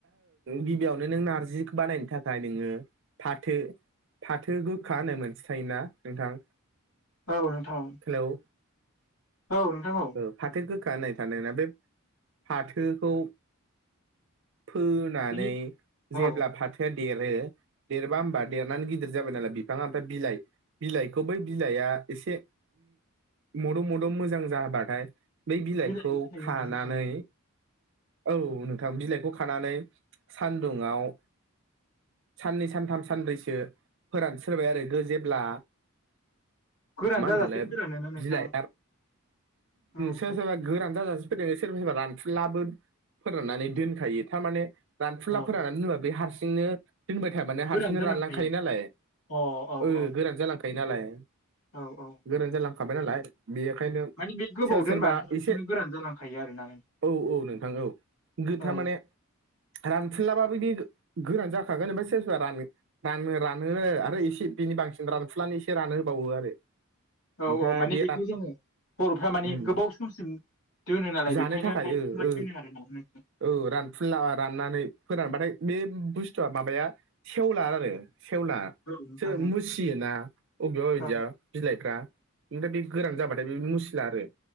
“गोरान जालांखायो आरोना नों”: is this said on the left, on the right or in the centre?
Left